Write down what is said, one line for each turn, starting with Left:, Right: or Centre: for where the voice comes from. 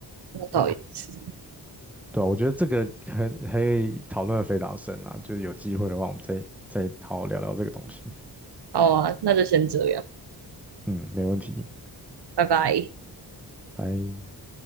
Right: 那倒也是，
Centre: 对啊，对啊，我觉得这个很可以讨论的非常深啊，就是有机会的话，我们再再好好聊聊这个东西。
Right: 好啊，那就先这样，
Centre: 嗯，没问题，
Right: 拜拜。
Centre: 拜。